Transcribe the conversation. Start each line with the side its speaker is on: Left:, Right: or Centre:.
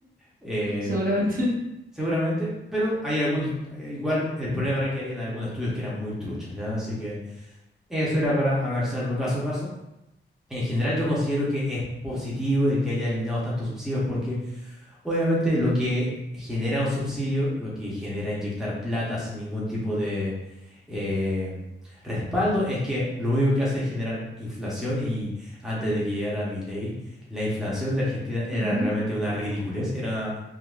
Centre: Eh,
Right: Seguramente.
Centre: seguramente, pero hay algunos, eh, igual el problema era que habían algunos estudios que eran muy truchos, ¿ya? Así que eso era para analizarlo caso a caso. En general yo considero que es positivo el que haya eliminado tantos subsidios porque obviamente lo que genera un subsidio, lo que genera inyectar plata sin ningún tipo de eh, respaldo, es que lo único que hace es generar inflación y antes de que llegara Milei, la inflación de Argentina era
Right: <laughs> Ujú.
Centre: realmente una ridiculez, era